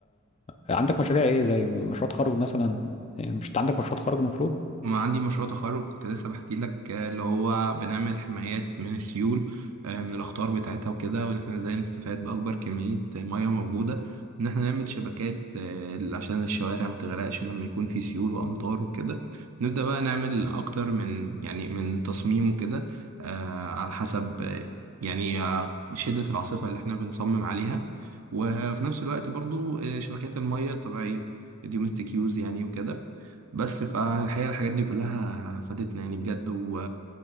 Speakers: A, on the left; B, on the right.
A: عندك مشاريع ايه زي مشروع تخرج مثلا مش انت عندك مشروع تخرج المفروض
B: ما عندي مشروع تخرج كنت لسه بحكي لك آه، اللي هو بنعمل حمايات من السيول آه، من الأخطار بتاعتها وكده وإن إحنا إزاي نستفاد بأكبر كمية آه، مية موجودة إن إحنا نعمل شبكات آه، عشان الشوارع ما تغرقش لما يكون في سيول وأمطار وكده نبدأ بقى نعمل أكتر من يعني من تصميم وكده آه، على حسب آه، يعني آه، شدة العاصفة اللي إحنا بنصمم عليها وفي نفس الوقت برضو آه، شبكات المية الطبيعية الدومستيك يوز يعني وكده بس فالحقيقة الحاجات دي كلها فادتنا يعني بجد و